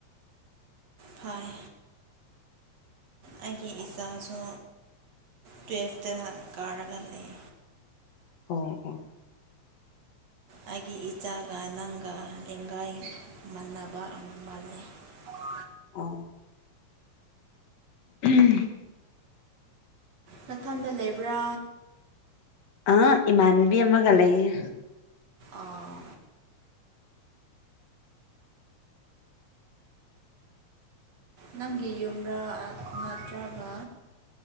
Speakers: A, on the right; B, on the left.
A: ꯐꯣꯏ ꯑꯩꯒꯤ ꯏꯆꯥꯁꯨ ꯇꯨꯋꯜꯐꯇ ꯀꯥꯔꯒ ꯂꯩ
B: ꯑ ꯑ
A: ꯑꯩꯒꯤ ꯏꯆꯥꯒ ꯅꯪꯒ ꯂꯦꯡꯒꯥꯏ ꯃꯕ ꯃꯥꯜꯂꯤ ꯑꯣ
B: ꯑ ꯎꯝ
A: ꯃꯊꯟꯗ ꯂꯩꯕ꯭ꯔꯥ
B: ꯑ ꯏꯃꯥꯟꯕꯤ ꯑꯃ ꯑꯃꯒ ꯂꯩꯏꯦ
A: ꯑꯥ ꯅꯪꯒꯤ ꯌꯨꯝꯔꯥ ꯅꯠꯇ꯭ꯔꯒ